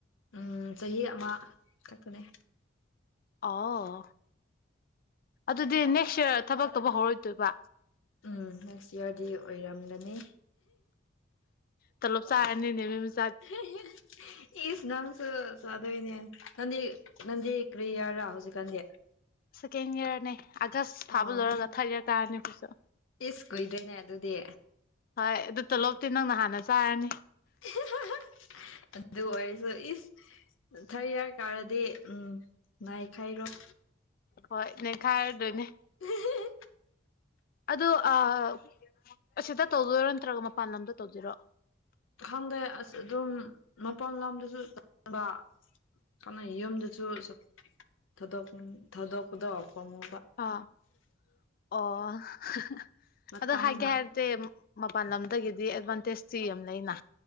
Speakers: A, on the left; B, on the left.
A: ꯎꯝ ꯆꯍꯤ ꯑꯃ ꯈꯛꯇꯅꯦ
B: ꯑꯑꯣ ꯑꯗꯨꯗꯤ ꯅꯦꯛꯁ ꯏꯌꯔ ꯊꯕꯛ ꯇꯧꯕ ꯍꯧꯔꯣꯢꯗꯣꯢꯕ
A: ꯎꯝ ꯍꯨꯝ ꯁꯤꯑꯣꯢꯗꯤ ꯑꯣꯢꯔꯝꯒꯅꯤ
B: ꯇꯣꯂꯣꯞ ꯆꯥꯔꯅꯤꯅꯦ ꯑꯗꯨꯅꯖ
A: ꯑꯍꯦꯍꯦ ꯍ ꯏꯁ ꯅꯪꯁꯨ ꯆꯥꯗꯣꯢꯅꯦ ꯅꯪꯗꯤ ꯅꯪꯗꯤ ꯀ꯭ꯔꯤ ꯏꯌꯥꯔꯔꯥ ꯍꯧꯖꯤꯛꯀꯥꯟꯗꯤ
B: ꯁꯦꯀꯦꯟ ꯏꯌꯥꯔꯅꯦ ꯑꯥꯒꯁ ꯊꯥꯕ
A: ꯑꯣ
B: ꯂꯣꯢꯔꯒ ꯊꯥꯔꯠ ꯏꯌꯥꯔ ꯀꯥꯔꯅꯤ ꯈꯣꯏꯁꯨ
A: ꯏꯁ ꯀꯨꯢꯗ꯭ꯔꯦꯅꯦ ꯑꯗꯨꯗꯤ
B: ꯍꯣꯏ ꯑꯗꯨ ꯇꯣꯂꯣꯞꯇꯤ ꯅꯪꯅ ꯍꯥꯟꯅ ꯆꯥꯔꯅꯤ
A: ꯑꯍꯦ ꯍꯥꯍꯥ ꯑꯗꯨ ꯑꯣꯏꯔꯁꯨ ꯏꯁ ꯊꯥꯔꯠ ꯏꯌꯥꯔ ꯀꯥꯔꯗꯤ ꯎꯝ ꯉꯥꯢꯈꯩꯔꯣꯢ
B: ꯍꯣꯢ ꯅꯩꯈꯥꯢꯔꯗꯣꯢꯅꯤ
A: ꯑꯍꯦꯍꯦ ꯍꯦ
B: ꯑꯗꯨ ꯑꯥ ꯑꯁꯤꯗ ꯇꯧꯗꯣꯢꯔꯣ ꯅꯠꯇ꯭ꯔꯒ ꯃꯄꯥꯟ ꯂꯝꯗ ꯇꯧꯗꯨꯢꯔꯣ
A: ꯈꯪꯗꯦ ꯑꯁ ꯑꯗꯨꯝ ꯃꯄꯥꯟ ꯂꯝꯗꯁꯨ ꯆꯪꯕ ꯀꯅꯩ ꯌꯨꯝꯗꯖꯨ ꯆꯠ ꯊꯥꯗꯣꯛꯅꯤꯡ ꯊꯥꯗꯣꯛꯄꯗꯣ ꯄꯃꯨ
B: ꯑ ꯑꯣ ꯍ ꯍ
A: ꯃꯇꯝꯅ
B: ꯑꯗꯣ ꯍꯥꯢꯒꯦ ꯍꯥꯢꯔꯗꯤ ꯃꯄꯥꯟ ꯂꯝꯗꯒꯤꯗꯤ ꯑꯦꯗꯚꯥꯟꯇꯦꯖꯇꯤ ꯌꯥꯝ ꯂꯩꯅ